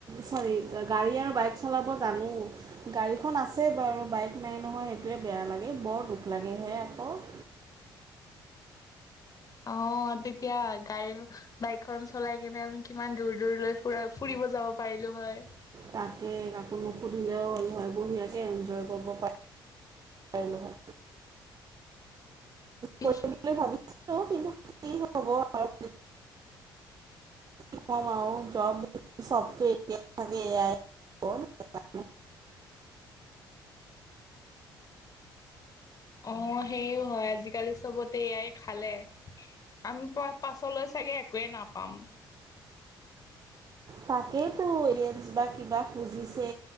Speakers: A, on the right; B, on the left.
A: চৰি গাড়ী আৰু বাইক চলাব জানো। গাড়ীখন আছেই বাৰু, বাইক নাই নহয় সেইটোৱে বেয়া লাগে। বৰ দুখ লাগেহে আকৌ
B: অ' তেতিয়া গাড়ী বাইকখন চলাই কিনে আমি কিমান দূৰ দূৰলৈ ফুৰা, ফুৰিব যাব পাৰিলো হয়!
A: তাকে, কাকো নুসুধিলেও হ'ল হয়, বঢ়িয়াকে এনজয় কৰিব পাৰ, পাৰিলো হয়!
B: পিছ
A: কৰিম বুলি ভাবিছিলোঁ, কিন্তু কি হ'ব আৰু কম আৰু <unintelligible> এতিয়া <unintelligible> এয়াই। <unintelligible>
B: অঁ হেইও হয়, আজিকালি চ'বতে এ আই খালে। আমি পা পাছলৈ চাগে একোৱে নাপাম।
A: তাকেই তো ইয়েঞ্ছ বা কিবা খুজিছে।